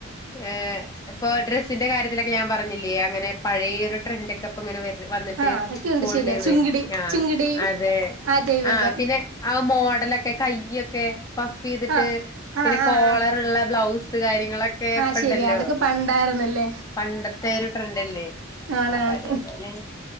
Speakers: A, on the left (about 15°); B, on the right (about 80°).
A: ഏ ഇപ്പൊ ഡ്രസിന്റെ കാര്യ തിലെക്കെ ഞാൻ പറഞ്ഞില്ലേ അങ്ങനെ പഴേ ഒര് ട്ട്രന്റെക്കെപ്പംങ്ങനെ വര് വന്നിട്ട്
B: ആ അതൊക്കെയുണ്ട്
A: പോണ്ട്ന്ന്
B: ശരിയാ ചുങ്കിടി
A: ആഹ്
B: ചുങ്കിടി
A: അതെ
B: ആ ടൈമൊക്കെ
A: ആഹ് പിന്നെ ആഹ് മോഡലെക്കെ കൈയ്യൊ ക്കെ വഫ് ഈതിട്ട്
B: ആ ആ
A: പിന്നെ
B: ആ
A: കോളർ
B: ആ
A: ഇള്ള ബ്ലൗസ് ട്ട് കാരിം ഇങ്ങളൊക്കെ
B: ആ
A: ഇപ്പണ്ടല്ലോ?
B: ശരിയാ അതൊക്കെ പണ്ടായിരുന്നല്ലേ
A: പണ്ടത്തെ ഒരു ട്രെൻഡല്ലേ.
B: ആണാണ്
A: അപ്പൊ അതേപോലെ